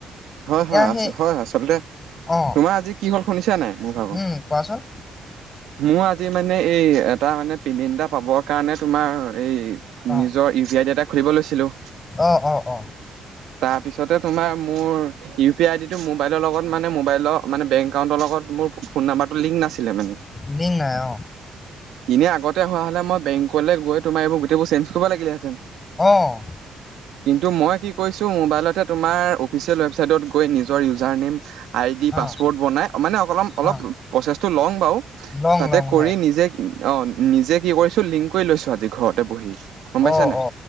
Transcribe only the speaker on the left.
এতিয়া
সেই
অ
উম কোৱাচোন?
অ
অ অ অ
লিং নাই অঁ'।
অঁ'
অ
অ
লং
লং
হয়
অ
অ